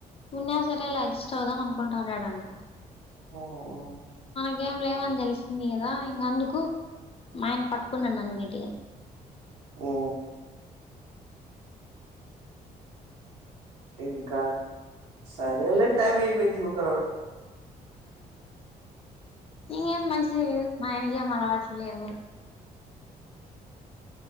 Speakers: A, on the left (about 30°); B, on the right (about 85°).
A: ఉన్నా సరే అలా అడ్జిస్ట్ అవుదాం అనుకుంటా ఉన్నాడంట
B: ఓఓ
A: ఇంకేం లేవని తెలిసింది కదా ఇంక అందుకు ఆయన పట్టుకున్నాండి అందుగటిగా
B: ఓ ఇంకా సరేల టైమ్ అయిపోయిక్క
A: నకేం మంచి లేదు మా ఆయనక ఏం అలవాట్లు లేవు